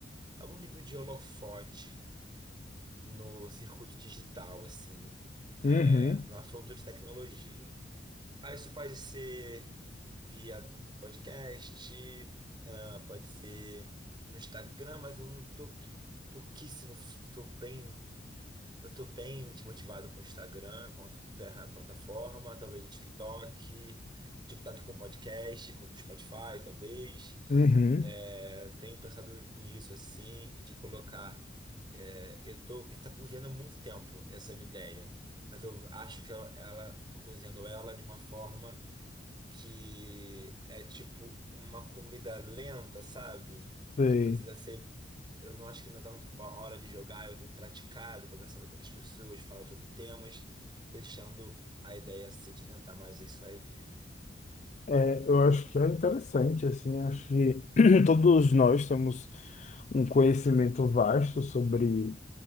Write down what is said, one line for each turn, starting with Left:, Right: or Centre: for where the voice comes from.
Right: algum nível de holofote no circuito digital, assim, é,
Left: Uhum,
Right: no assunto de tecnologia. Ah, isso pode ser via podcast, ah, pode ser no Instagram, mas eu não tô pouquíssimo, tô bem, eu tô bem desmotivado com o Instagram, com a ferra- plataforma, talvez no TikTok, o TikTok com podcast, com Spotify, talvez.
Left: uhum,
Right: É, tenho pensado nisso, assim, de colocar. é, eu tô, está cozinhando há muito tempo essa minha ideia, mas eu acho que ela, ela, tô cozinhando ela de uma forma que é tipo uma comida lenta, sabe?
Left: sei.
Right: Que precisa ser. Eu não acho que ainda tá na hora de jogar, eu tenho praticado, conversado com outras pessoas, falado sobre temas, deixando a ideia sedimentar, mas isso vai vir.
Left: É, eu acho que é interessante, assim, acho que <clears throat> todos nós temos um conhecimento vasto sobre